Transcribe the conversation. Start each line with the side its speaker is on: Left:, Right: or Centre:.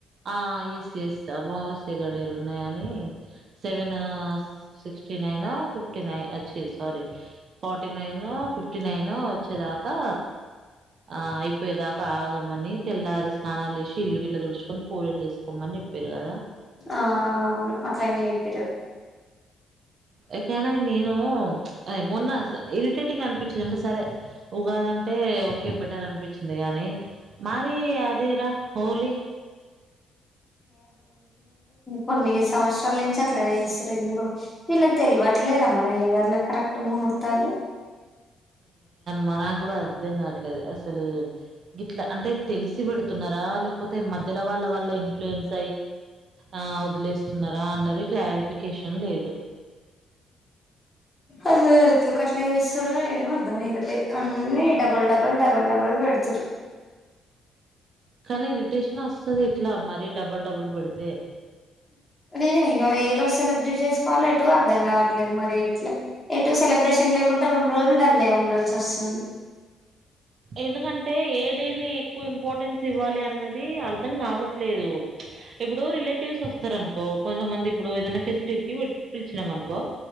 Right: ఆ ఎస్ ఎస్ అమావాస్య గాడియాలు ఉన్నాయని సెవెన్ సిక్స్ టీ నైన ఫిఫ్ ఫిఫ్టీ నైన్ వచ్చి sorry forty nine fifty nine వచ్చేదాకా ఆ అయిపోయేదా ఆగమని తెల్లారి స్నానాలు చేసి ఇల్లు గీట్లా దుడుచు కొని పూజలు తీసుకోమని చెప్పిర్రు కదా
Left: ఆ అవును అట్లా నే చెప్పినారు
Right: ఇట్లానే నేను మొన్న ఇరిటేటింగ్ అనిపించింది అంటే సరే ఒక అంటే ఓకే బెటర్ అనిపించింది గాని మరి అదిరా హోలీ
Left: కొన్ని సంవత్సరాల నుంచి అట్లానే చేస్తాం వీళ్ళకి తెలివట్లేద మరి అయ్యవారులకు కరెక్ట్ ముహూర్తాలు
Right: నాక్కూడ అర్ధం కావట్లేదు అసలు ఇట్లా అంటే తెలిసి పెడుతున్నా లేకపోతే మధ్యలో వాళ్ళ వల్ల ఇన్ఫ్ లేయెన్స్ ఆ వదిలేస్తున్నారా అన్నది క్లారిఫికేషన్ లేదు
Left: అయ్యో ఎందుకు అట్లా చేస్తురో ఏమో అర్థం అయితాలేదు అన్నీ డబల్ డబల్ డబల్ డబల్ బెడ్తురు
Right: కానీ ఇరిటేషన్ వస్తాది ఇట్లా మరీ డబుల్ డబుల్ పెడితే
Left: నేను ఇంగ ఏ రోజు సెలబ్రేట్ చేసుకోవాలో ఎటు అర్థం కావట్లేదు మరి ఎట్లా ఎటు సెలబ్రేషన్ లేకుంటే రెండు రోజులు డల్లే ఉండాల్సి వస్తుంది
Right: ఎందుకంటే ఏ డే ని ఎక్కువ ఇంపార్టెన్స్ ఇవ్వాలి అన్నది అర్ధం కావట్లేదు ఓ ఇప్పుడు రిలేటివ్స్ వస్తారు అనుకో కొంతమంది ఇప్పుడు ఏదైనా ఫెస్టివ్ కి పిలిచామ్ అనుకో